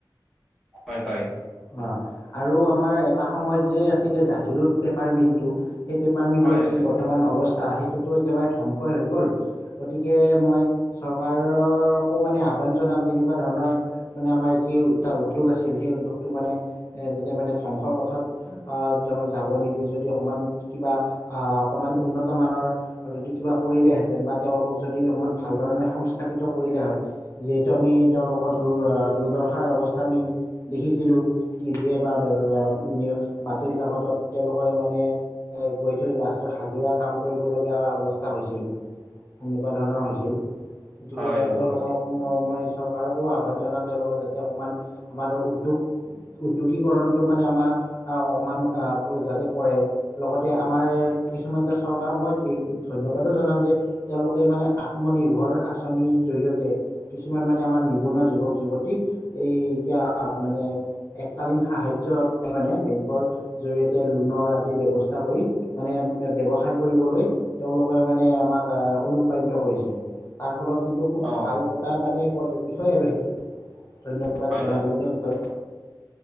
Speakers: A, in the centre; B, on the left.
A: হয় হয়।
B: অ আৰু আমাৰ এটা সময়ত যে আছিলে জাগীৰোডৰ পেপাৰ মিলটো। সেই পেপাৰ মিলৰ
A: হয় হয়
B: যি
A: জানো
B: বৰ্তমান অৱস্থা সেইটোতো একেবাৰে ধ্বংসই হৈ গ'ল। গতিকে মই চৰকাৰকো মানে আহ্বান জনাম তেনেকুৱা ধৰণৰ মানে আমাৰ যি এটা উদ্যোগ আছিল সেই উদ্যোগটো মানে এ যাতে মানে ধ্বংসৰ পথত আহ তেওঁ যাব নিদি যদি অকমান কিবা আহ অকমান উন্নত মানৰ আৰু যদি কিবা কৰিলেহেঁতেন বা তেওঁলোকক যদি অকমান ভাল ধৰণে সংস্থাপিত কৰিলে হয় যিহেতু আমি তেওঁলোকৰ দুৰ আ দূৰ দৰ্শাৰ অৱস্থা আমি দেখিছিলোঁ, টিভিয়ে বা <unintelligible> বাতৰি কাকতত তেওঁলোকে মানে এ গৈ সি লাষ্টত হাজিৰা কাম কৰিবলগীয়া অৱস্থা হৈছিল, সেনেকুৱা ধৰণৰ হৈছিল। গতিকে
A: হয় হয়
B: তেওঁলোকক
A: হয়
B: ম মই চৰকাৰকো আহ্বান জনাম তেওঁলোকে যাতে অকমান আমাৰ উদ্যোগ উদ্যোগীকৰণটো মানে আমাৰ আহ অকমান আহ ক যাতে কৰে লগতে আ মাৰ কিছুমান এতিয়া চৰকাৰৰ সময়ত এই ধন্যবাদো জনাম যে তেওঁলোকে মানে আত্মনিৰ্ভৰ আঁচনিৰ জৰিয়তে কিছুমান মানে আমাৰ নিবনুৱা যুৱক যুৱতীক এই এতিয়া মানে এককালীন সাহাৰ্য্য <unintelligible> বেংকৰ জৰিয়তে লোনৰ আদিৰ ব্যৱস্থা কৰি মানে ব্যৱসায় কৰিবলৈ তেওঁলোকে মানে আমাক আহ অনুপ্ৰাণিত কৰিছে। তাৰ ফলত কিন্তু খুব
A: অ
B: ভাল এটা মানে <unintelligible> বিষয় আৰু সেইটো ধন্যবাদ
A: হয়
B: জনাবলগীয়া
A: হয়
B: বিষয়।